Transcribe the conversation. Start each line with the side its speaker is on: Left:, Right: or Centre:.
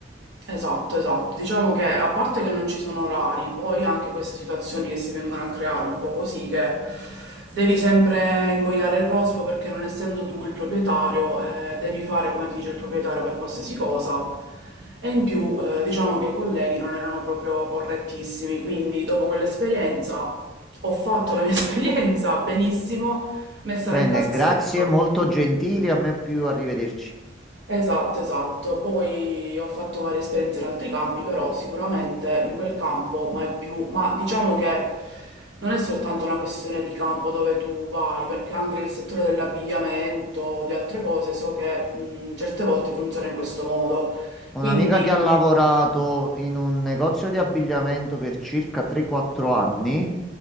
Right: Esatto, esatto. Diciamo che a parte che non ci sono orari, poi anche queste situazioni che si vengono a creare un po' così, che devi sempre ingoiare il rospo perché non essendo tu il proprietario, eh, devi fare come ti dice il proprietario per qualsiasi cosa. E in più, eh, diciamo che i colleghi non erano proprio correttissimi, quindi dopo quell'esperienza ho fatto la mia <laughs> esperienza benissimo, messa
Centre: Bene,
Right: nel cassetto,
Centre: grazie, molto gentili, a me più arrivederci.
Right: Esatto, esatto. Poi ho fatto varie esperienze in altri campi, però sicuramente in quel campo, ma è più, ma diciamo che non è soltanto una questione di campo dove tu vai, perché anche nel settore dell'abbigliamento, di altre cose, so che mh, certe volte funziona in questo modo.
Centre: Ho
Right: Quindi,
Centre: Un'amica che ha lavorato in un negozio di abbigliamento per circa 3-4 anni